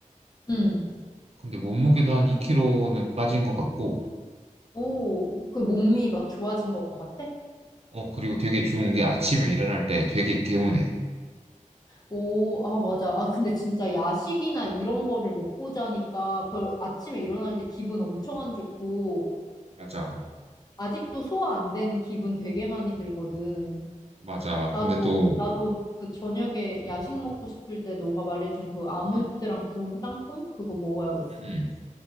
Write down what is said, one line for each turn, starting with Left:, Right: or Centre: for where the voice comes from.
Left: 응
Right: 근데 몸무게도 한 2kg는 빠진 것 같고,
Left: 오, 그 몸이 막 좋아진 것 같아?
Right: 어, 그리고 되게 좋은 게 아침에 일어날 때 되게 개운해.
Left: 오, 아, 맞아. 아, 근데 진짜 야식이나 이런 거를 먹고 자니까 그 아침에 일어날 때 기분 엄청 안 좋고
Right: 맞아.
Left: 아직도 소화 안 된 기분 되게 많이 들거든.
Right: 맞아.
Left: 나도,
Right: 근데 또,
Left: 나도 그 저녁에 야식 먹고 싶을 때 너가 말해준 그 아몬드랑
Right: 음,
Left: 구운 땅콩? 그거 먹어야겠어.
Right: 음, 음.